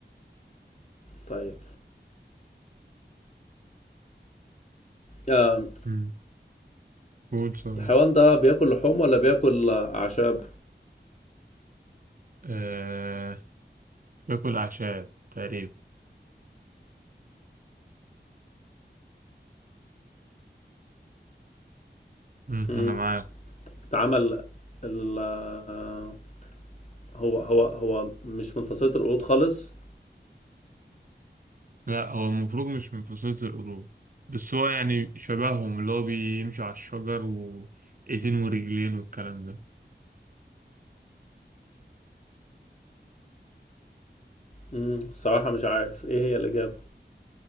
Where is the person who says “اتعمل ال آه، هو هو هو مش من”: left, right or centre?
Left